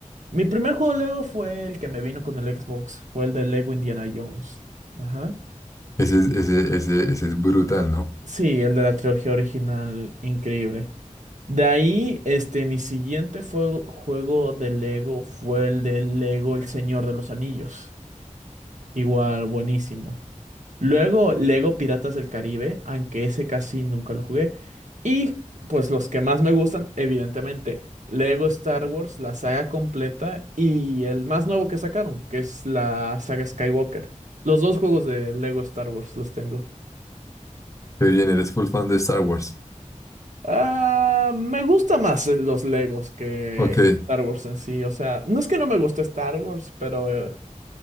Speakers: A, on the right; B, on the left.
A: Mi primer juego de Lego fue el que me vino con el Xbox, fue el de Lego Indiana Jones. Ajá.
B: ese, es- ese, ese, ese es brutal, ¿no?
A: Sí, el de la trilogía original, increíble. De ahí, este, mi siguiente fue- juego de Lego fue el de Lego El Señor de los Anillos. Igual, buenísimo. Luego, Lego Piratas del Caribe, aunque ese casi nunca lo jugué. Y pues los que más me gustan, evidentemente, Lego Star Wars, la saga completa y el más nuevo que sacaron, que es la saga Skywalker. Los dos juegos de Lego Star Wars los tengo.
B: Qué bien, eres full fan de Star Wars.
A: Ah, me gusta más eh, los Legos que
B: Ok.
A: Star Wars en sí. O sea, no es que no me guste Star Wars, pero eh,